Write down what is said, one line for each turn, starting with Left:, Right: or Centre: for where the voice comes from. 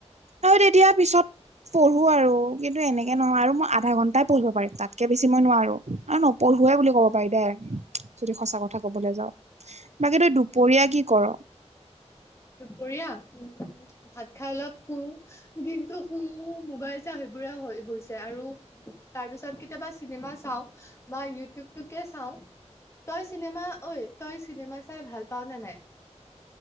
Right: আৰু তেতিয়া পিছত পঢ়ো আৰু। কিন্তু এনেকে নহয় আৰু মই আধা ঘন্টাই পঢ়িব পাৰিম। তাতকে বেছি মই নোৱাৰো। আৰু ন পঢ়োৱে বুলি ক'ব পাৰি দে যদি সঁচা কথা ক'বলৈ যাওঁ। বাকী তই দুপৰীয়া কি কৰ?
Left: দুপৰীয়া উম ভাত খাই অলপ শু। দিনতো শু, মোবাইল চাওঁ সেইবোৰে হৈ হৈছে আৰু। তাৰ পিছত কেতিয়াবা চিনেমা চাওঁ বা ইউটিউবটোকে চাওঁ। তই চিনেমা ঐ তই চিনেমা চাই ভাল পাৱ নে নাই?